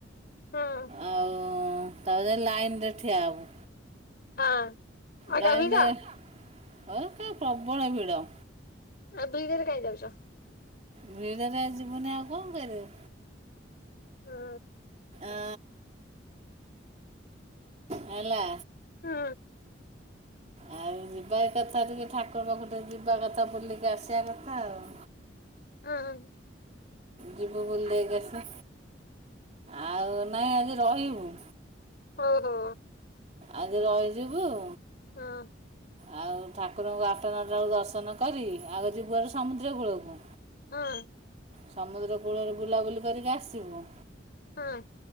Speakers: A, on the left; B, on the right.
A: ହଁ।
B: ଆଉ ତାପରେ ଲାଇନ ରେ ଠିଆ ହେବୁ।
A: ହଁ। ଆଉ
B: ଲାଇନ୍
A: ଯା ଭିଡ଼
B: ରେ ହ ପ୍ରବଳ ଭିଡ଼।
A: ଆଉ <unintelligible>
B: ଭିଡରେ ଯିବୁନି ଆଉ କଣ କରିବୁ?
A: ହୁଁ
B: ଆ ହେଲା।
A: ହୁଁ।
B: ଆଉ ଯିବା କଥା ଟିକେ ଠାକୁର ପାଖକୁ ଟିକେ ଯିବା କଥା ବୁଲିକି ଆସିବା କଥା ଆଉ।
A: ହଁ ହଁ।
B: ଯିବୁ ବୁଲି ଦେଇକି ଆସ ଆଉ ନାଇଁ ଆଜି ରହିବୁ।
A: ଓହୋ।
B: ଆଜି ରହିଯିବୁ।
A: ହଁ।
B: ଆଉ ଠାକୁରଙ୍କୁ ଆଠ ନଅଟା ବେକୁ ଦର୍ଶନ କରି ଆଗ ଯିବୁହାରି ସମୁଦ୍ର କୂଳକୁ।
A: ହଁ।
B: ସମୁଦ୍ର କୂଳରେ ବୁଲାବୁଲି କରିକି ଆସିବୁ।
A: ହଁ।